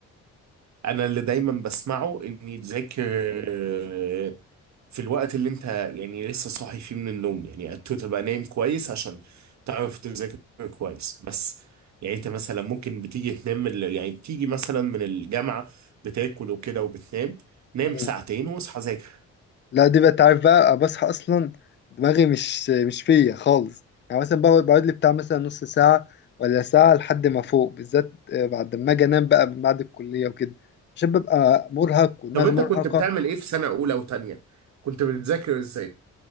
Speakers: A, on the right; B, on the left.
A: انا اللي دايما بسمعه اني تذاكر آه، في الوقت اللي انت يعني لسه صاحي فيه من النوم يعني انت تبقى نايم كويس عشان تعرف تذاكر كويس بس يعني انت مثلا ممكن بتيجي تنام من ال- يعني بتيجي مثلا من الجامعة بتاكل وكده وبتنام نام
B: <clears throat>
A: ساعتين واصحى ذاكر
B: لا دي بقى تعرف بقى بصحى اصلا دماغي مش مش فيا خالص يعني مثلا بقعد بقعد لي بتاع مثلا نص ساعة ولا ساعة لحد ما فوق بالذات آه، بعد ما اجي انام بقى بعد الكلية وكده عشان ببقى مرهق ودماغي
A: طب انت
B: مرهقة
A: كنت بتعمل ايه في سنة اولى وتانية كنت بتذاكر ازاي